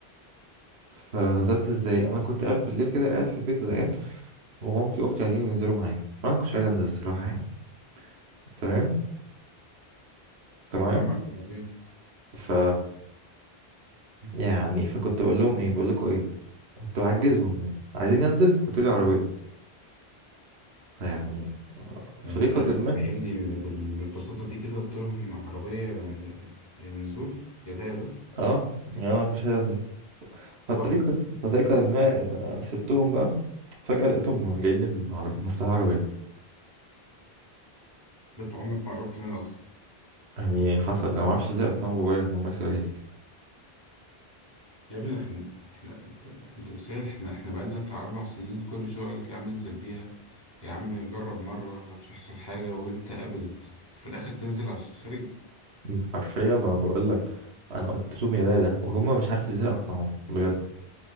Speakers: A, on the right; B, on the left.
A: فنزلت ازاي أنا كنت قاعد بالليل كده قاعد في البيت زهقان ومامتي وأختي عايزين ينزلوا معايا وأنا مكنتش عايز أنزل الصراحة يعني تمام أنت معايا
B: سامعك وبعدين
A: ف يعني فكنت بقول لهم إيه بقول لكم إيه كنت بعجزهم يعني عايزين ينزل هاتولي عربية فيعني آه، بطريقة
B: يعني انت عايز
A: ما
B: تفهمني بال- بالبساطة دي كده قلت لهم عربية يا يا نزول يا ده يا ده
A: اه يعني أنا مكنتش عايز أنزل فبطريقة
B: وافقوا
A: بطريقة ما آه، سبتهم بقى فجأة لقيتهم جايين لي بالعربية مفتاح العربية
B: بنت عمرك ما قربت منها اصلا
A: يعني حصل انا ما اعرفش ازاي اقنع بابايا ان هم يسيبوها لي
B: يا ابني احنا احنا انت انت متخيل احنا احنا بقالنا بتاع اربع سنين كل شوية اقول لك يا عم انزل بيها يا عم جرب مرة مش هيحصل حاجة وانت ابدا وفي الاخر تنزل عشان خارج
A: مم. حرفيا ما انا بقول لك انا قلت لهم يا دادا وهم مش عارف ازاي اقنعوه بجد